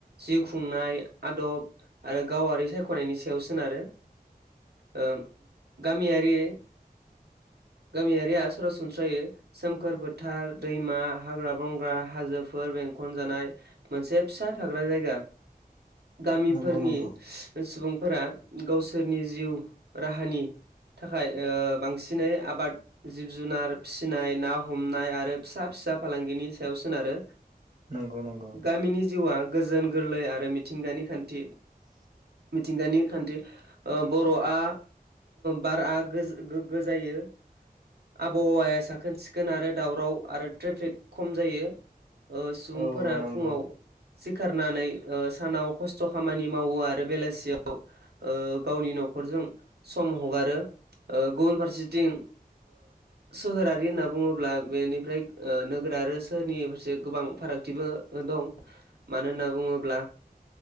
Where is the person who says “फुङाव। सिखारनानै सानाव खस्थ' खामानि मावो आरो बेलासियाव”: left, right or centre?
Right